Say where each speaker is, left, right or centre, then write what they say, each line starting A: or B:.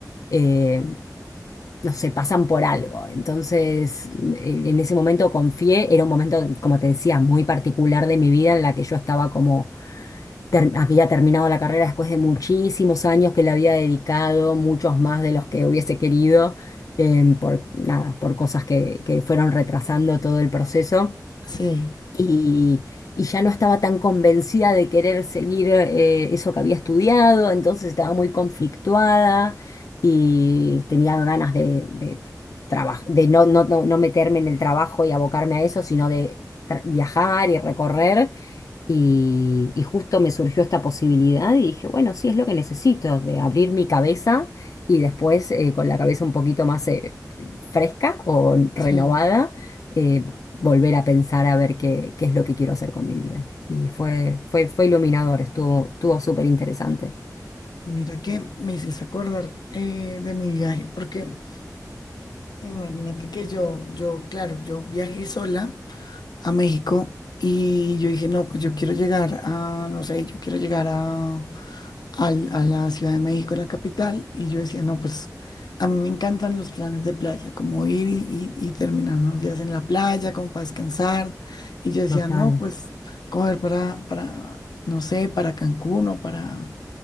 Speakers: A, on the left; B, on the left.
A: eh, no sé, pasan por algo. Entonces, eh, en ese momento confié, era un momento, como te decía, muy particular de mi vida en la que yo estaba como ter- había terminado la carrera después de muchísimos años que le había dedicado, muchos más de los que hubiese querido, em, por nada, por cosas que, que fueron retrasando todo el proceso.
B: Sí,
A: Y, y ya no estaba tan convencida de querer seguir eh, eso que había estudiado, entonces estaba muy conflictuada y tenía ganas de, de, traba- de no, no, no no meterme en el trabajo y abocarme a eso, sino de tra- viajar y recorrer. Y, y justo me surgió esta posibilidad y dije, bueno, sí es lo que necesito, de abrir mi cabeza y después eh, con la cabeza un poquito más eh, fresca o renovada,
B: sí.
A: eh, volver a pensar a ver qué, qué es lo que quiero hacer con mi vida. Y fue, fue, fue iluminador, estuvo, estuvo súper interesante.
B: Mira que me hiciste acordar eh, de mi viaje, porque imagínate que yo, yo, claro, yo viajé sola. a México y yo dije, no, pues yo quiero llegar a, no sé, yo quiero llegar a, al- a la Ciudad de México, la capital, y yo decía, no, pues a mí me encantan los planes de playa, como ir y, y- y terminar unos días en la playa, como para descansar, y yo decía,
A: Total.
B: no, pues coger para, para, no sé, para Cancún o para,